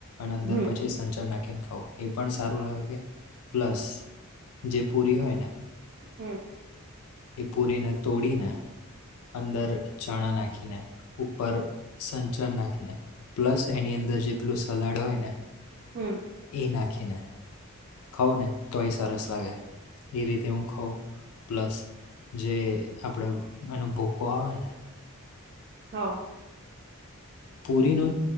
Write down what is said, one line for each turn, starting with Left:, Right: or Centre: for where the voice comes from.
Left: અને અંદર
Right: હમ
Left: પછી સંચર નાખીને ખવા. એ પણ સારું લાગે, પ્લસ જે પૂરી હોય ને
Right: હમ્મ.
Left: ઈ પૂરીને તોડીને અંદર ચણા નાખીને, ઉપર સંચર નાખીને પ્લસ એની અંદર જે પેલું સલાડ હોય ને
Right: હમ્મ.
Left: એ નાખીને. ખવ ને તોય સરસ લાગે. ઈ રીતે હું ખઉં પ્લસ જે આપડે એનો ભૂકો આવે ને
Right: હા.
Left: પુરીનો